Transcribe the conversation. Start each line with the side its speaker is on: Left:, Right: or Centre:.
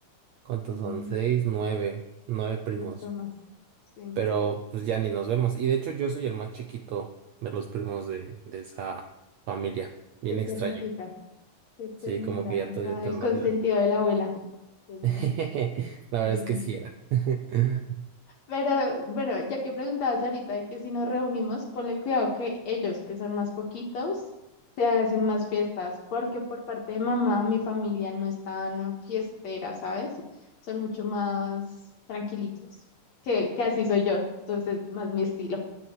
Right: ¿Cuántos
Left: como
Right: son? Seis, nueve, nueve primos.
Left: qué formas. Sí.
Right: Pero pues ya ni nos vemos. Y de hecho yo soy el más chiquito de los primos de, de esa familia. Bien
Left: Qué ternurita.
Right: extraño.
Left: Qué ternura.
Right: Sí, como que ya todavía
Left: O sea,
Right: está
Left: el
Right: más
Left: consentido
Right: grande.
Left: de la abuela. Dios
Right: <laughs> La
Left: mío.
Right: verdad
Left: me
Right: es
Left: lo imagino.
Right: que sí era. <laughs>
Left: Pero bueno, ya que preguntabas ahorita de que si nos reunimos, ponle cuidado que ellos, que son más poquitos, se hacen más fiestas, porque por parte de mamá, mi familia no es tan fiestera, ¿sabes? Son mucho más tranquilitos, que, que así soy yo, entonces más mi estilo.